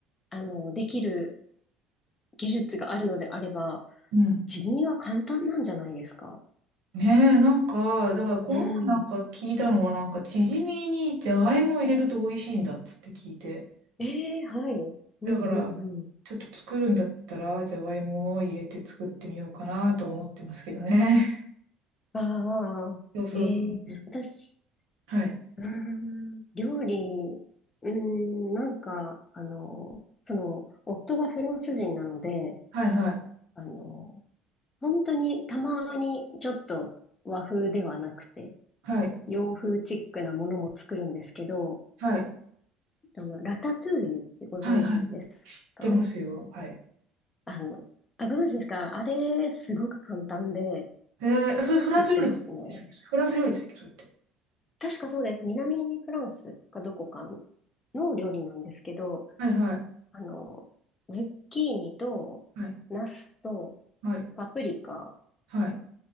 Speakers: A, on the left; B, on the right.
A: あの、できる技術があるのであれば、
B: うん。
A: 地には簡単なんじゃないですか。
B: ねえ、なんか、だからこの前なんか聞いたのは、
A: うん。
B: なんか、チヂミにじゃがいもを入れると美味しいんだっつって聞いて。
A: ええはい。うんうんうん。
B: だから、ちょっと作るんだったら、じゃがいもを入れて作ってみようかなと思ってますけどね。
A: ああ、
B: <laughs> そうそうそう。
A: ええ私、
B: はい。
A: うん、料理、うん、なんか、あの、その、夫がフランス人なので、
B: はいはい。
A: あの、本当にたまにちょっと和風ではなくて、
B: はい。
A: 洋風チックなものも作るんですけど、
B: は
A: でも、ラタトゥーユってご存知ですか
B: い。はい。知ってますよ。はい。
A: あの、あ、ご存知ですかあれ、すごく簡単で
B: ええあ、それフランス料理ですでしたっけそれフランス料理でしたっけそれって。
A: 作ってますね。確かそうです。南フランスかどこかの料理なんですけど、
B: はいはい。
A: あの、ズッキーニと、
B: はい。
A: ナスと、
B: はい。
A: パプリカ
B: はい。